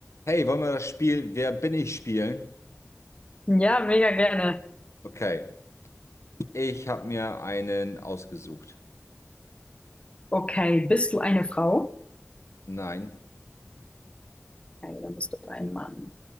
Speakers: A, on the left (about 75°); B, on the left (about 25°).
A: Hey, wollen wir das Spiel Wer bin ich spielen?
B: Ja, mega gerne.
A: Okay, ich habe mir einen ausgesucht.
B: Okay, bist du eine Frau?
A: Nein,
B: Okay, dann bist du ein Mann.